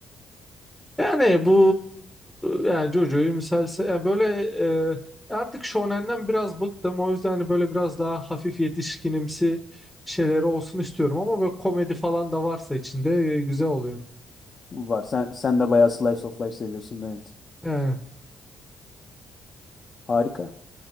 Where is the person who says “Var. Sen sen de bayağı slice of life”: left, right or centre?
Left